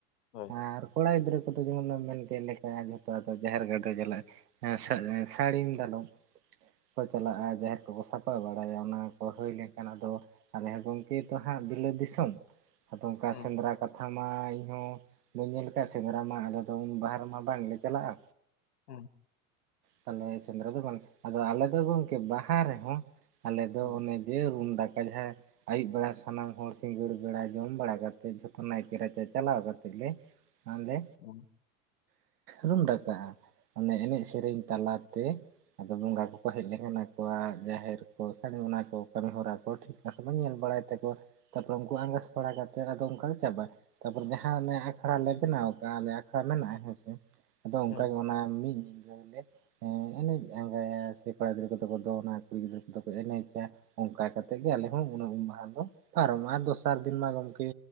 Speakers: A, on the left; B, on the right.
A: ᱦᱳᱭ
B: ᱟᱨ ᱠᱚᱲᱟ ᱜᱤᱫᱽᱨᱟᱹ ᱠᱚᱫᱚ ᱡᱮᱢᱚᱱ ᱮᱢ ᱢᱮᱱ ᱪᱮᱫ ᱞᱮᱠᱟ ᱡᱷᱚᱛᱚ ᱟᱫᱚ ᱡᱟᱦᱮᱨ ᱜᱟᱲ ᱠᱚ ᱪᱟᱞᱟᱜ ᱥᱟᱹᱜ ᱥᱟᱹᱲᱤᱢ ᱫᱟᱞᱚᱵ ᱠᱚ ᱪᱟᱞᱟᱜᱼᱟ ᱡᱟᱦᱮᱨ ᱠᱚᱠᱚ ᱥᱟᱯᱟ ᱵᱟᱲᱟᱭᱟ ᱚᱱᱟ ᱠᱚ ᱦᱩᱭ ᱞᱮᱱ ᱠᱷᱟᱱ ᱟᱫᱚ ᱟᱞᱮ ᱦᱚᱸ ᱜᱚᱝᱠᱮ ᱛᱚ ᱦᱟᱸᱜ ᱵᱤᱞᱟᱹᱛ ᱫᱤᱥᱚᱢ ᱟᱫᱚ ᱚᱱᱠᱟ
A: ᱦᱮᱸ
B: ᱥᱮᱸᱫᱽᱨᱟ ᱠᱟᱛᱷᱟ ᱢᱟ ᱤᱧ ᱦᱚᱸ ᱵᱟᱹᱧ ᱧᱮᱞ ᱠᱟᱜ ᱥᱮᱸᱫᱽᱨᱟ ᱢᱟ ᱟᱞᱮ ᱫᱚ ᱵᱟᱦᱮᱨ ᱟᱞᱮ ᱢᱟ ᱵᱟᱝ ᱞᱮ ᱪᱟᱞᱟᱜᱼᱟ
A: ᱦᱮᱸ
B: ᱛᱟᱦᱚᱞᱮ ᱥᱮᱸᱫᱽᱨᱟ ᱫᱚ ᱵᱟᱝ ᱟᱫᱚ ᱟᱞᱮ ᱫᱚ ᱜᱚᱝᱠᱮ ᱵᱟᱦᱟ ᱨᱮᱦᱚᱸ ᱟᱞᱮ ᱫᱚ
A: ᱦᱮᱸ
B: ᱚᱱᱮ ᱡᱮ ᱨᱩᱢ ᱰᱟᱠᱼᱟ ᱡᱟᱦᱟᱸ ᱟᱹᱭᱩᱵ ᱵᱮᱲᱟ ᱥᱟᱱᱟᱢ ᱦᱚᱲ ᱥᱤᱸᱜᱟᱹᱲ ᱵᱮᱲᱟ ᱡᱚᱢ ᱵᱟᱲᱟ ᱠᱟᱛᱮᱫ ᱡᱚᱛᱚ ᱱᱟᱭᱠᱮ ᱨᱟᱪᱟ ᱪᱟᱞᱟᱣ ᱠᱟᱛᱮᱫ ᱞᱮ ᱟᱫᱮ
A: ᱦᱮᱸ
B: ᱨᱩᱢ ᱰᱟᱠᱟᱣ ᱚᱱᱮ ᱮᱱᱮᱡ ᱥᱮᱨᱮᱧ ᱛᱟᱞᱟᱛᱮ ᱟᱫᱚ ᱵᱚᱸᱜᱟ ᱠᱚ ᱦᱮᱡ ᱞᱮᱱᱟ ᱠᱚᱣᱟ ᱡᱟᱦᱮᱸᱨ ᱠᱚ ᱥᱟ ᱠᱚ ᱠᱟᱹᱢᱤ ᱦᱚᱨᱟ ᱠᱚ ᱴᱷᱤᱠ ᱴᱟᱠ ᱵᱟᱝ ᱧᱮᱞ ᱵᱟᱲᱟᱭ ᱛᱟᱠᱚᱣᱟ ᱛᱟᱯᱚᱨᱮ ᱩᱱᱠᱩ ᱟᱸᱜᱷᱟᱟᱥ ᱵᱟᱲᱟ ᱠᱟᱛᱮ ᱟᱫᱚ ᱚᱱᱠᱟ ᱪᱟᱵᱟᱭ ᱛᱟᱯᱚᱨᱮ ᱡᱟᱦᱟᱸ ᱚᱱᱮ ᱟᱠᱷᱲᱟ ᱞᱮ ᱵᱮᱱᱟᱣ ᱠᱟᱜᱼᱟ ᱟᱞᱮ ᱟᱠᱷᱲᱟ ᱢᱮᱱᱟᱜᱼᱟ ᱟᱫᱚ ᱚᱱᱠᱟ
A: ᱦᱮᱸ
B: ᱜᱮ ᱚᱱᱟ ᱢᱤᱫ ᱧᱤᱫᱟᱹᱮ <unintelligible> ᱮᱱᱮᱡ ᱟᱸᱜᱟᱭᱟ ᱥᱮ ᱠᱚᱲᱟ ᱜᱤᱫᱽᱨᱟᱹ ᱠᱚᱫᱚ ᱠᱚ ᱫᱚᱱᱟ ᱠᱩᱲᱤ ᱜᱤᱫᱽᱨᱟᱹ ᱠᱚᱫᱚ ᱠᱚ ᱮᱱᱮᱡᱟ ᱚᱱᱠᱟ ᱠᱟᱛᱮᱫ ᱜᱮ ᱟᱞᱮᱦᱚ ᱩᱱᱟᱹᱜ ᱩᱢ ᱵᱟᱦᱟ ᱫᱚ ᱯᱟᱨᱚᱢᱚᱜᱼᱟ ᱟᱨ ᱫᱚᱥᱟᱨ ᱫᱤᱱ ᱢᱟ ᱜᱚᱢᱠᱮ